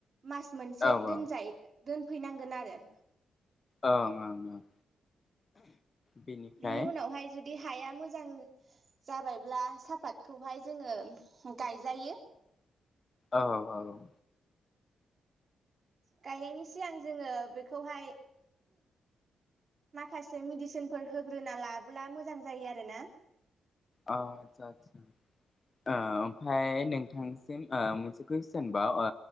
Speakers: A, on the right; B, on the left.
A: मास मोनसे
B: औ
A: दोनजायो।
B: औ
A: दोनफैनांगोन आरो।
B: औ ओं ओं। बेनिफ्राय
A: बिनि उनावहाय जुदि हाया मोजां जाबायब्ला सापातखौहाय जोङो गायजायो।
B: औ औ।
A: गायनायनि सिगां जोङो बेखौहाय माखासे मेडिसिनफोर होग्रोना लाब्ला मोजां जायो आरो ना।
B: औ आदसा आदसा ओ ओमफ्राय नोंथांसिम ओ मोनसे कुइसन बाव ओ